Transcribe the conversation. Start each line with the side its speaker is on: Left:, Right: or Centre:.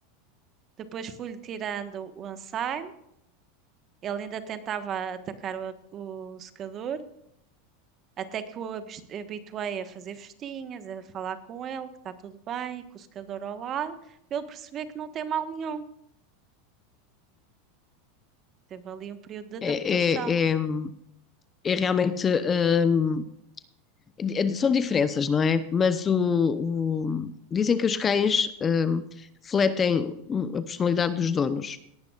Right: Depois fui-lhe tirando o ensaio Ele ainda tentava atacar o, o secador, até que o abis- habituei a fazer festinhas, a falar com ele, que está tudo bem, com o secador ao lado, para ele perceber que não tem mal nenhum. Teve ali um período de adaptação.
Left: É, é, é, é realmente. hum, é- são diferenças, não é? Mas o, o- dizem que os cães, hum, refletem hum, a personalidade dos donos.